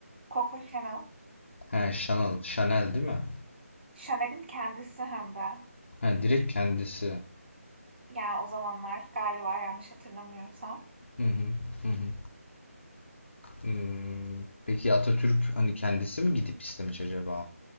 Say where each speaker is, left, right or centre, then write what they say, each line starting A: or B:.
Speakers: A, on the right; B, on the left.
A: Coco Chanel.
B: He, Chanel, Chanel değil mi?
A: Şaner'in kendisi hem de.
B: He, direkt kendisi.
A: Yani o zamanlar galiba yanlış hatırlamıyorsam.
B: Hı hı, hı hı. Hmm, Peki Atatürk hani kendisi mi gidip istemiş acaba?